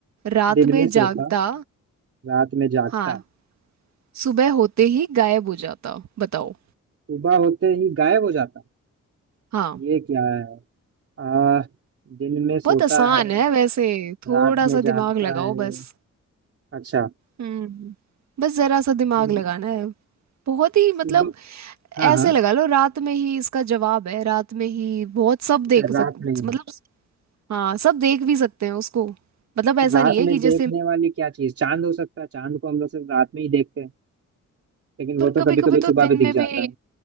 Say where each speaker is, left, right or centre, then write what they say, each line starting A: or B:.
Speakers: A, on the right (about 65°); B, on the right (about 50°).
A: रात
B: दिन
A: में
B: में सोता
A: जागता
B: रात में जागता
A: हाँ सुबह होते ही गायब हो जाता बताओ
B: सुबह होते ही गायब हो जाता
A: हाँ
B: ये क्या है आ दिन में सोता
A: बहुत आसान
B: है
A: है वैसे
B: रात
A: थोड़ा
B: में
A: सा
B: जागता
A: दिमाग लगाओ
B: है
A: बस
B: अच्छा
A: हम्म बस जरा सा दिमाग
B: दिन
A: लगाना है बहुत ही
B: सुबह
A: मतलब
B: हाँ
A: ऐसे
B: हाँ
A: लगा लो रात में ही इसका जवाब है रात में ही बहुत सब
B: अच्छा
A: देख सक
B: रात में ही
A: मतलब हाँ सब देख भी सकते हैं उसको मतलब ऐसा
B: तो रात
A: नहीं है
B: में
A: कि जैसे
B: देखने वाली क्या चीज चांद हो सकता है चांद को हम लोग सिर्फ रात में ही देखते हैं लेकिन वो
A: पर
B: तो
A: कभी
B: कभी
A: कभी
B: कभी
A: तो
B: सुबह
A: दिन
B: भी दिख
A: में
B: जाता
A: भी
B: है